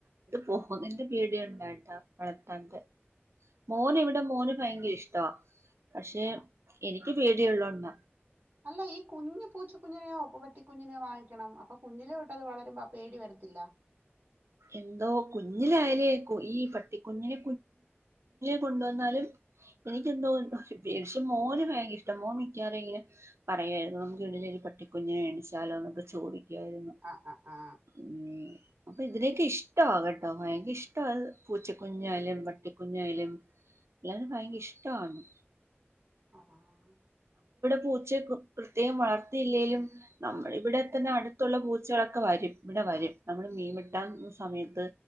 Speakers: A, on the right (about 90°); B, on the right (about 45°).
A: പോകുന്നതിന്റെ പേടിഉണ്ടായിട്ടാ വളർത്താതത്. മോന് ഇവിടെ ഭയങ്കര ഇഷ്ട്ടമാ പക്ഷെ
B: ആ
A: എനിക്ക് പേടിഉള്ളോണ്ട
B: അല്ല ഈ കുഞ്ഞു പൂച്ച കുഞ്ഞിനെയോ ഉപ്പപ്പ <inaudible> റ്റ കുഞ്ഞിനെയോ വാങ്ങിക്കണം അപ്പൊ കുഞ്ഞിലെ തൊട്ട് അത് വളരും പേടി വരത്തില്ല
A: എന്തോ കുഞ്ഞിലായാലേ ഈ പട്ടിക്കുഞ്ഞിനെ കൊണ്ടുവന്നാലും എനിക്കെന്തോ വിക്ഷം മോന് ഭയങ്കര ഇഷ്ടം മോൻ മിക്കവാറും ങ്ങനും പറയുമായിരുന്നു നമുക്ക് ഇീടിലരു പട്ടിക്കുഞ്ഞിനെ മേണിച്ചാലോൊക്കെ ചോദിക്ക രുന്നു
B: ആ ആ ആ
A: പി <inaudible> അപ്പൊ <inaudible> ഇതിനേക്കെ ഇഷ്ട ആകട്ടോ ഭയങ്കര ഇഷ്ടം അത് പൂച്ചക്കുഞ്ഞായാലും പ ട്ടിക്കുഞ്ഞായാലും എല്ലരും ഭയങ്കര ഇഷ്ടമാണ്
B: ആഹ <inaudible>
A: പൂച്ചെ കൊ - പ്രത്യേകം വളർത്തിയില്ലെലും നമ്മളിവിടെ തന്നെ അടുത്തുള്ള പൂച്ചകളൊക്കെ- വരും ഇവിടെ വരും നമ്മളു മീൻവെ - കിട്ട സമയത്ത്